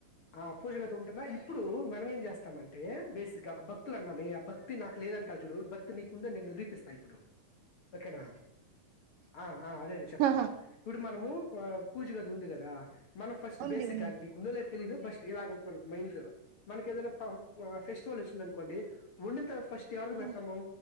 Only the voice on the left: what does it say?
ఆ పూజగాది ఉంటదా ఇప్పుడు మనం ఏం చేస్తామంటే బేసిక్ గా ఒక భక్తులు అన్నా ఆ భక్తి నాకు లేదంటారు చూడు భక్తి నీకు ఉందని నేను నిరూపిస్తాను ఇప్పుడు ఓకేనా ఆ అదే అదే చెప్తాను
ఇ మనము ఆ పూజగాది ఉంది కదా మనం ఫస్ట్
బేసిక్గాం
మీకుందు లేతే తెలీదు బస్ట్ ఇలాగ ఉంటున్నాన్నారు మైండ్ మనకి ఏదైనాప్ప ఆ ఫెస్టివల్ వచ్చింది అనుకోండి ఉడిన తర ఫస్ట్ ఎవరి పెడతాము